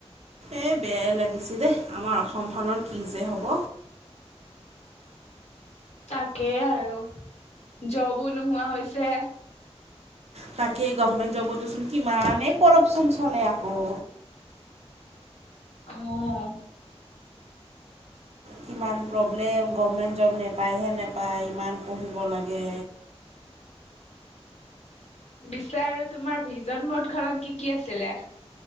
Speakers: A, on the right; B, on the left.
A: এই বেয়াই লাগিছে দেই। আমাৰ অসমখনৰ কি যে হ'ব!
B: তাকেই আৰু, জবো নোহোৱা হৈছে।
A: তাকে, গৰ্ভমেণ্ট জবতোচোন কিমানেই কৰপচন চলে আকৌ।
B: অ'।
A: কিমান প্ৰব্লেম, গৰ্ভমেণ্ট জব নেপায়হে নাপায়। ইমান পঢ়িব লাগে!
B: পিছে আৰু তোমাৰ ভিজন ব'ৰ্ড খনত কি কি আছিলে?